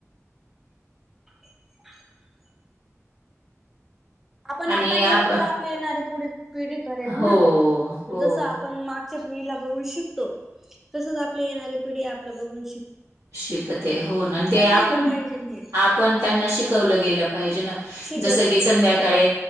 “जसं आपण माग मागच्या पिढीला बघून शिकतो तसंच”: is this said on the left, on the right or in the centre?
Centre